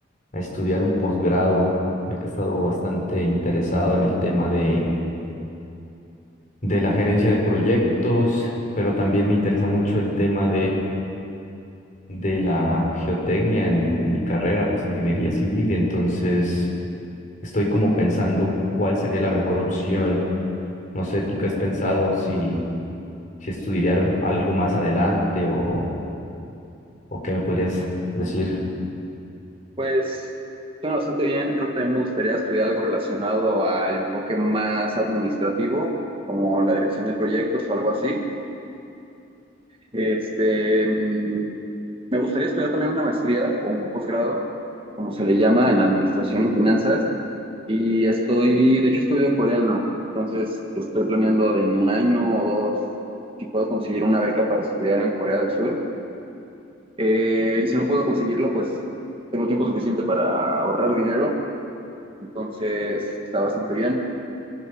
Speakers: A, on the left; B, on the right.
A: a estudiar un posgrado, ya que he estado bastante interesado en el tema de, de la gerencia de proyectos, pero también me interesa mucho el tema de la geotecnia en, en mi carrera, pues ingeniería civil, y entonces estoy como pensando cuál sería la mejor opción. No sé, ¿tú qué has pensado si, si estudiar algo más adelante o, o qué me podrías decir?
B: Pues suena bastante bien. Creo que también me gustaría estudiar algo relacionado al enfoque más administrativo, como la dirección de proyectos o algo así. Este, mm, me gustaría estudiar también una maestría o un posgrado, como se le llama, en administración y finanzas. Y estoy, de hecho, estudio coreano. Entonces, estoy planeando en un año o dos si puedo conseguir una beca para estudiar en Corea del Sur. Eh, y si no puedo conseguirlo, pues tengo tiempo suficiente para ahorrar dinero, entonces está bastante bien.